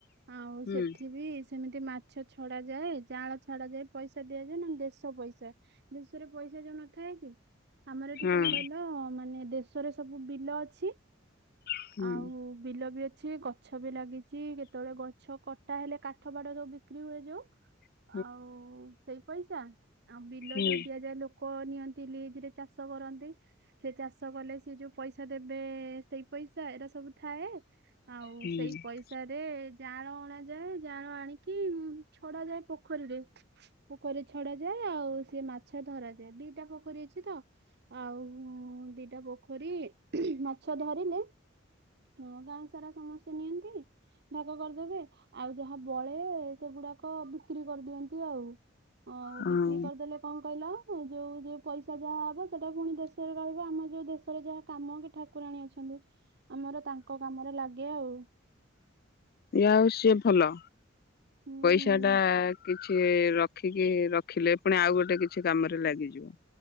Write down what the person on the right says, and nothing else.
ଆଉ
ସେଠି ବି ସେମିତି ମାଛ ଛଡା ଯାଏ ଜାଆଁଳା ଛାଡା ଯାଏ ପଇସା ଦିଆଯାଏ ନହେଲେ <unintelligible> ଦେଶ ପଇସା ଦେଶରେ ପଇସା ଯୋଉ ନଥାଏ କି ଆମର ଏଠି
କଣ କହିଲ ମାନେ ଦେ ରେ <unintelligible> ସବୁ ବିଲ ଅଛି
ଆଉ ବିଲ ବି ଅଛି ଗଛ ବି ଲାଗିଚି କେତୋଓଳେ ଗଛ କଟା ହେଲେ କାଠ ବାଡ ଯୋଉ ବିକ୍ରି ହୁଏ ଯୋଉ
ଆଉ ସେଇ ପଇସା ଆଉ ବିଲ
ଯୋଉ ଦିଆଯାଏ ଯୋଉ ଲୋକ ନିଅନ୍ତି ଲିଜ୍ ରେ ଚାଷ କରନ୍ତି ସେ ଚାଷ କଲେ ସେ ଯୋଉ ପଇସା ଦେବେ ସେଇ ପଇସା ଏରା ସବୁ ଥାଏ ଆଉ
ସେଇ ପଇସା ରେ ଜାଆଁଳ ଅଣାଯାଏ ଜାଆଁଳ ଆଣିକି ଛଡା ଯାଏ ପୋଖରୀରେ। ପୋଖରୀରେ ଛଡା ଯାଏ ଆଉ ସିଏ ମାଛ ଧରାଯାଏ ଦିଟା ପୋଖରୀ ଅଛି ତ। ଆଉ ଦିଟା ପୋଖରୀ ମାଛ ଧରିଲେ ହଁ ଗାଁ ସାରା ସମସ୍ତେ ନିଅନ୍ତି ଭାଗ କରିଦେବେ। ଆଉ ଯାହା ବଳେ ସେଗୁଡାକ ବିକ୍ରି କରିଦିଅନ୍ତି ଆଉ। ଆଉ
ବିକ୍ରି କରିଦେଲେ କଣ କହିଲ ଯୋଉ ଯୋଉ ପଇସା ଯାହା ହବ ସେଇଟା ପୁଣି ଦେଶରେ ରହିବ ଆମ ଯଉ ଦେଶ ଯାହା କାମ କି ଠାକୁରାଣୀ ଅଛନ୍ତି ଆମର ତାଙ୍କ କାମରେ ଲାଗେ ଆଉ।
ହୁଁ।